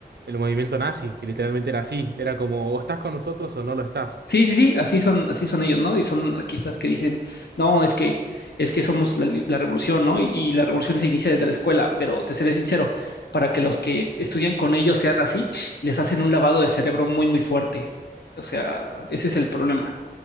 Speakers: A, on the right; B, on the left.
A: el movimiento nazi, que literalmente era así. Era como, o estás con nosotros o no lo estás.
B: Sí, sí, sí, así son, así son ellos, ¿no? Y son anarquistas que dicen, no, es que, es que somos la, li- la revolución, ¿no? Y, y la revolución se inicia desde la escuela, pero te seré sincero, para que los que estudian con ellos sean así, les hacen un lavado de cerebro muy, muy fuerte. O sea, ese es el problema.